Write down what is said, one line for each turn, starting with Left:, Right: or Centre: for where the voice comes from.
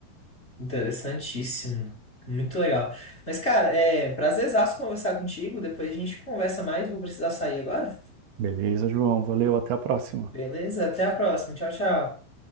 Left: Interessantíssimo. Muito legal. Mas, cara, é prazerzaço conversar contigo. Depois a gente conversa mais. Vou precisar sair agora.
Right: Beleza, João. Valeu, até a próxima.
Left: Beleza? Até a próxima. Tchau, tchau.